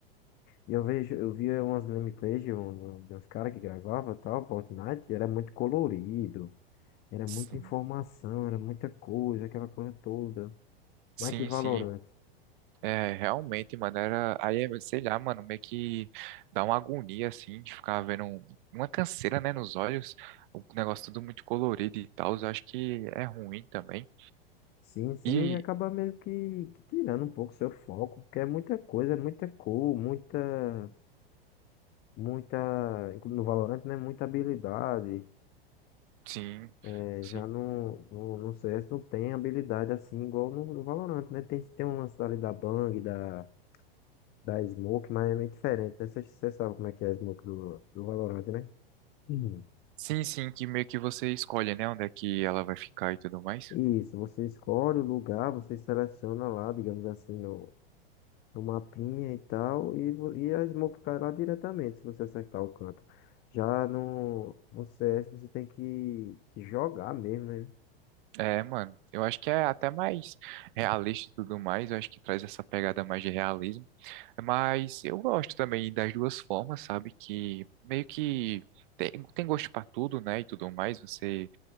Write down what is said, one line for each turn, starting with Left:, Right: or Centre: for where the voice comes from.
Left: e eu vejo, eu via umas gameplays de, um, de uns caras que gravava tal, Fortnite, e era muito colorido, era
Right: Sim,
Left: muita informação, era muita coisa, aquela coisa toda.
Right: sim.
Left: Mas que Valorant.
Right: sim. É, realmente, mano, era, aí, é, sei lá, mano, meio que dá uma agonia, assim, de ficar vendo um- uma canseira, né, nos olhos, o negócio tudo muito colorido e tal, eu acho que é ruim também,
Left: Sim, sim,
Right: e
Left: acaba meio que, que tirando um pouco seu foco, porque é muita coisa, é muita cor, muita, muita, inclu- no Valorant, né? Muita habilidade.
Right: sim,
Left: É,
Right: sim,
Left: já no, no, no CS não tem habilidade assim igual no, no Valorant, né? Tem, tem um lance ali da Bang, da, da Smoke, mas é meio diferente, né? Você sabe como é que é a Smoke do, do Valorant, né? Uhum.
Right: sim, sim, que meio que você escolhe, né, onde é que ela vai ficar e tudo mais,
Left: Isso, você escolhe o lugar, você seleciona lá, digamos assim, no, no mapinha e tal, e, vo- e a Smoke cai lá diretamente, se você acertar o canto. Já no, no CS você tem que, que jogar mesmo, né?
Right: é, mano, eu acho que é até mais realista e tudo mais, eu acho que traz essa pegada mais de realismo, Mas eu gosto também das duas formas, sabe? Que meio que tem, tem gosto para tudo, né? E tudo mais. Você